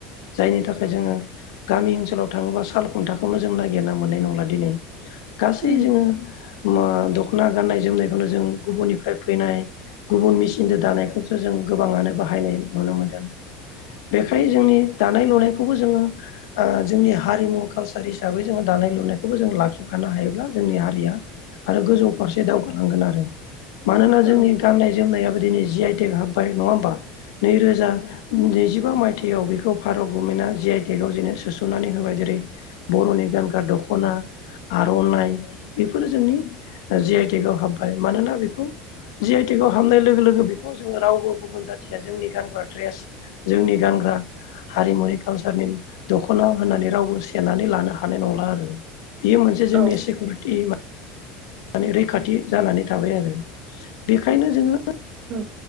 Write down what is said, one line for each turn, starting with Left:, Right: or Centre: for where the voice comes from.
Left: जायनि थाखाय जो गामि ओनोलाव थाङोबा साल खुन्थाखौनो जों नागिरनो मोननाय नंला दिनै गासै
Right: उम
Left: जोङो मा दख'ना गाननाय जोमनायखोनो जों गुबुननिफ्राय फैनाय गुबुन मेचिनजों दानायखौसो जों गोबाङानो बाहायनाय नुनो मोन्दों बेखायनो जोंनि दानाय लुनायखौबो जोंङो ओ जोंनि हारिमु कालसार हिसाबै जोङो दानाय लुनायखौबो जों लाखिफानो हायोब्ला जोंनि हारिया आरो गोजौ फारसे दावगालांगोन आरो मानोना जोंनि
Right: औ उम
Left: गाननाय जोमनायाबो दिनै जि आइ टेक हाब नंङा होमबा नैरोजा नैजिबा मायथाइ थियाव बेखौ भारत गभमेन्टआ जि आइ टेक जेनो सोसननानै होबाय जेरै बर'नि गानग्रा दखना आर'नाइ बेफोरो जोंनि जि आइ टेक आव हाबबाय मानोना बेखौ जि आइ टि खौ हाबनाय लोगो लोगो बेखौ जोङो रावबो गुबुन जाथिया जोंनि गानग्रा द्रेस जोंनि गानग्रा ग्रा हारिमुनि कालसारनि दखना होननानै रावबो से सेनानै लानो हानाय नंला आरो बेयो मोनसे
Right: औ
Left: जोंनि सिकिउरिटि माने रैखाथि जानानै थाबाय आरो बेखायनो जोंङो
Right: औ